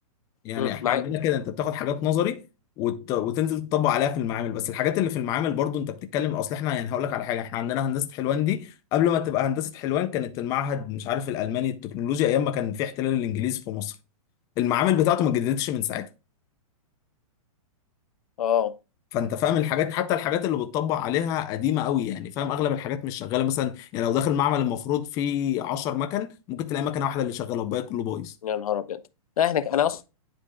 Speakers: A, on the left; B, on the left.
A: يعني
B: مم،
A: احنا
B: معاك
A: عندنا كده انت بتاخد حاجات نظري وت... وتنزل تطبق عليها في المعامل بس الحاجات اللي في المعامل برضو انت بتتكلم اصل احنا يعني هقول لك على حاجه احنا عندنا هندسه حلوان دي قبل ما تبقى هندسه حلوان كانت المعهد مش عارف الالماني التكنولوجيا ايام ما كان في احتلال الانجليز في مصر المعامل بتاعته ما اتجددتش من ساعتها
B: اه
A: فانت فاهم الحاجات حتى الحاجات اللي بتطبق عليها قديمه قوي يعني فاهم اغلب الحاجات مش شغاله مثلا يعني لو داخل معمل المفروض فيه 10 مكن ممكن تلاقي مكنه واحده اللي شغاله والباقي كله بايظ
B: يا نهار ابيض لا احنا انا اصلا